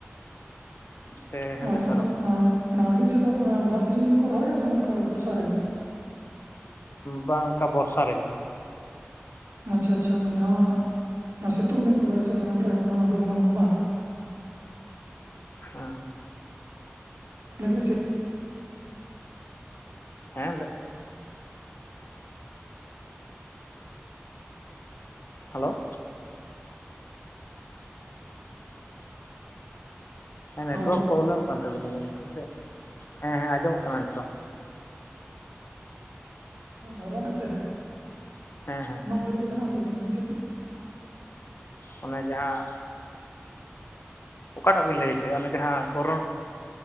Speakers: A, on the left; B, on the right.
A: ᱥᱮ ᱦᱮᱸᱫᱮ
B: ᱦᱳᱭ
A: ᱥᱟᱹᱨᱩ
B: ᱟᱨ ᱚᱱᱟ ᱟᱹᱵᱤᱱ ᱥᱮᱫ ᱫᱚ ᱵᱟᱨ ᱥᱤᱡᱤᱱ ᱜᱮᱠᱚ ᱨᱚᱦᱚᱭᱟ ᱥᱮ ᱱᱚᱝᱠᱟ ᱵᱚᱨᱥᱟ ᱨᱮᱜᱮ?
A: ᱵᱟᱝ ᱚᱝᱠᱟ ᱵᱚᱨᱥᱟ ᱨᱮᱜᱮ᱾
B: ᱟᱪᱪᱷᱟ ᱟᱪᱪᱷᱟ ᱚᱱᱟ ᱫᱚᱦᱟᱸᱜ ᱚᱱᱟ ᱥᱤᱛᱩᱝ ᱫᱤᱱ ᱠᱚ ᱨᱚᱦᱚᱭᱟ ᱥᱮ ᱫᱷᱚᱨᱚᱱ ᱨᱮ ᱚᱱᱟ ᱫᱚ ᱵᱟᱝ ᱱᱚᱭᱟ ᱵᱟ
A: ᱦᱮᱸ
B: <unintelligible>
A: ᱦᱮᱸ ᱞᱮᱜ ᱦᱮᱞᱳ ᱦᱮᱸ ᱱᱮᱴᱣᱟᱨᱠ
B: ᱦᱮᱞᱳ
A: ᱯᱨᱚᱵᱞᱮᱢᱚᱜ ᱠᱟᱱ ᱛᱟᱹᱵᱤᱱᱟ ᱡᱟᱹᱱᱤᱡ ᱴᱷᱤᱠ ᱥᱮ ᱾ ᱦᱮᱸ ᱦᱮᱸ ᱟᱸᱡᱚᱢᱚᱜ ᱠᱟᱱᱟ ᱱᱤᱛᱚᱜ
B: ᱫᱷᱚᱨᱚᱱ ᱨᱮᱥᱮ
A: ᱦᱮᱸ ᱦᱮᱸ
B: ᱚᱱᱟ ᱥᱟ ᱨᱮᱫᱚ ᱢᱮᱱᱟᱜ ᱟᱥᱮ ᱵᱟᱝ ᱟᱹᱵᱤᱱ ᱥᱮᱫ ᱫᱚ
A: ᱚᱱᱮ ᱡᱟᱦᱟᱸ ᱚᱠᱟᱴᱟᱜ ᱵᱤᱱ ᱞᱟᱹᱭ ᱦᱚᱪᱮᱜᱼᱟ ᱚᱱᱮ ᱡᱟᱦᱟᱸ ᱜᱚᱨᱚᱢ